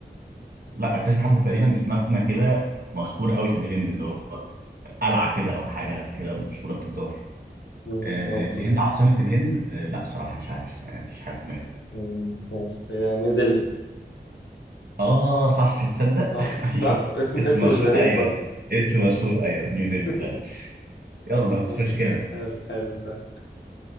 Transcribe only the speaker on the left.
مم،
ممكن
مم، ماشي هي نيو دلهي
صح؟
صح؟
اسم
اسم
مش غريب
برضه
<laughs>
ماشي.
حلو حلو صح